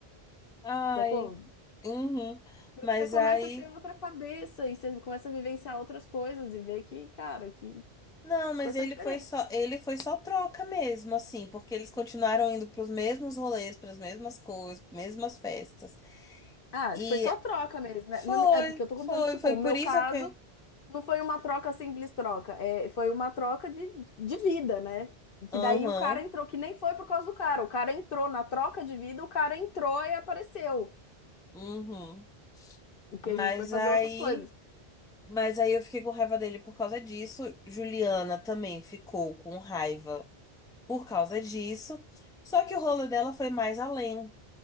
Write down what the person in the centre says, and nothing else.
Ai.
Uhum.
Mas
aí,
não,
mas
ele
foi só, ele foi só troca mesmo, assim, porque eles continuaram indo pros mesmos rolês, pras mesmas coisas, mesmas festas.
E
foi,
foi,
foi
por isso
que.
Aham,
uhum.
Mas
aí,
mas aí eu fiquei com raiva dele por causa disso. Juliana também ficou com raiva por causa disso. Só que o rolê dela foi mais além.